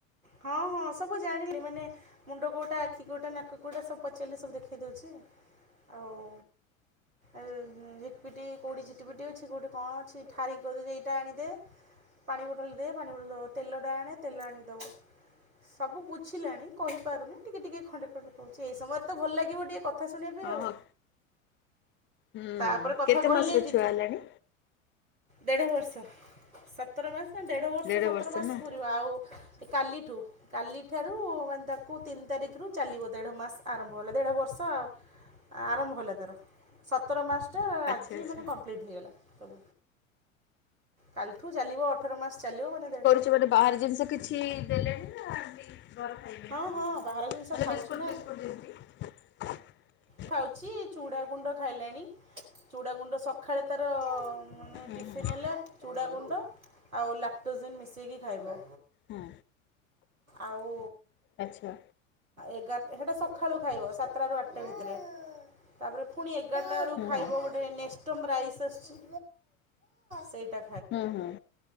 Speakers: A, on the right; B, on the left.
A: ହଁ ହଁ ସବୁ ଜାଣିଲେଇ ମାନେ ମୁଣ୍ଡ କଉଁଟା ଆଖି କଉଁଟା ନାକ କଉଁଟା ସବୁ ପଚାରିଲି ସବୁ ଦେଖେଇ ଦଉଛି। ଆଉ ଆଉ ଝିଟ୍ ପିଟି କଉଁଠି ଝିଟି ପିଟି ଅଛି। କଉଁଠି କଣ ଅଛି? ଠାରିକି କହିଦଉଛି, ଏଇଟା ଆଣିଦେ। ପାଣି ବୋଟଲ ଦେ ପାଣି ବୋଟଲ ଦବ ତେଲ ଟା ଆଣେ ତେଲ ଆଣିକି ଦବ। ସବୁ ବୁଝିଲାଣି କହିପାରୁନି ଟିକେ ଟିକେ ଖଣ୍ଡେ ଖଣ୍ଡେ କହୁଛି। ଏଇ ସମୟରେ ତ ଭଲ ଲାଗିବ ଟିକେ କ କଥା ଶୁଣିବା ପାଇଁ
B: ହଁ
A: ଆଉ।
B: ହଁ ହୁଁ
A: ତାପରେ କଥା
B: କେତେ
A: କହିଲେ
B: ମାସର
A: ଯି
B: ଛୁଆ ହେଲାଣି?
A: ଦେଢ଼ ବର୍ଷ। ସତର ମାସ ନା ଦେଢ଼ ବର୍ଷ
B: ଦେଢ
A: ସତର ମାସ
B: ନା?
A: ପୁରିବା ଆଉ କାଲି ଠୁ କାଲିଠାରୁ ମାନେ ତାକୁ ତିନି ତାରିଖରୁ ଚାଲିବ ଦେଢ଼ ମାସ ଆରମ୍ଭ ହେଲା ଦେଢ଼ ବର୍ଷ ଆରମ୍ଭ ହେଲା ତାର ସତର ମାସ ଟା
B: ଆଚ୍ଛା
A: ଆଜି
B: ଆଚ୍ଛା
A: ମାନେ କମ୍ପଲିଟ୍ ହେଇଗଲା। କାଲଠୁ ଚାଲିବ ଅଠର ମାସ ଚାଲିବ ମାନେ ଦେ
B: ଗୋଟେ ବାହାର ଜିନିଷ କିଛି ଦେଲେଣି ନା ଘର ଖାଇବା।
A: ହଁ ହଁ ବାହାର ଜିନିଷ
B: ମାନେ
A: ଖାଉଛି
B: ବିସ୍କୁଟ୍
A: ନା
B: ଫିସ୍କୁଟ୍ ଦିଅନ୍ତି।
A: ଖାଉଚି ଚୁଡ଼ା ଗୁଣ୍ଡ ଖାଇଲାଣି ଚୁଡା ଗୁଣ୍ଡ ସ ସଖାଳେ ତାର ମାନେ
B: ହୁଁ
A: ଟିଫିନ୍
B: ହୁଁ
A: ହେଲା ଚୁଡ଼ା ଗୁଣ୍ଡ ଆଉ ଲାକ୍ଟୋଜିନ୍ ମିଶେଇକି ଖାଇବ।
B: ହୁଁ
A: ଆଉ
B: ଆଚ୍ଛା
A: ଏଗାରଟା ସେଟା ସଖାଳୁ ଖାଇବ ସାତଟାରୁ ଆଠଟା ଭିତରେ। ତାପରେ ପୁଣି ଏଗାରଟାଳକୁ
B: ହୁଁ
A: ଖାଇବ
B: ହୁଁ
A: ଗୋଟେ ନେଷ୍ଟୋମ୍ରାଇସ୍ ଆସୁଛି, ସେଇଟା।
B: ହଁ ହଁ